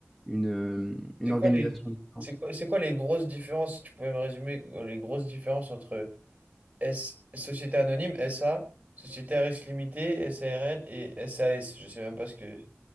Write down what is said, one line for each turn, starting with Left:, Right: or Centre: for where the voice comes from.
Centre: une, euh, une
Right: C'est
Centre: organisation
Right: quoi les,
Centre: différente.
Right: c'est quoi, c'est quoi les grosses différences, si tu pouvais me résumer, euh, les grosses différences entre S, Société Anonyme, SA, Société à risque limité, SARL et SAS. Je sais même pas ce que...